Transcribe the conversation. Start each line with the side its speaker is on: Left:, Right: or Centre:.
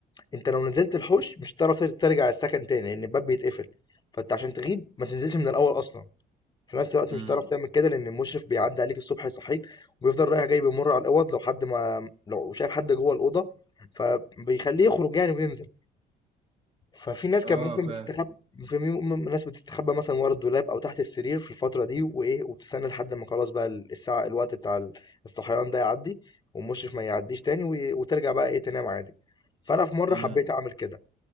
Left: انت لو نزلت الحوش مش هتعرف ترجع السكن تاني لان الباب بيتقفل فانت عشان تغيب ما تنزلش من الاول اصلا في نفس الوقت
Right: امم
Left: مش هتعرف تعمل كده لان المشرف بيعدي عليك الصبح يصحيك وبيفضل رايح جاي بيمر على الاوض لو حد ما لو شايف حد جوه الاوضه فبيخليه يخرج يعني وينزل ففي ناس كان
Right: اه
Left: ممكن
Right: فاهم
Left: بتستخبى في م- م- ناس بتستخبى مثلا ورا الدولاب او تحت السرير في الفتره دي وايه وبتستنى لحد ما خلاص بقى الساعه الوقت بتاع الصحيان ده يعدي والمشرف ما يعديش تاني وي- وترجع بقى ايه تنام عادي فانا في مره
Right: امم
Left: حبيت اعمل كده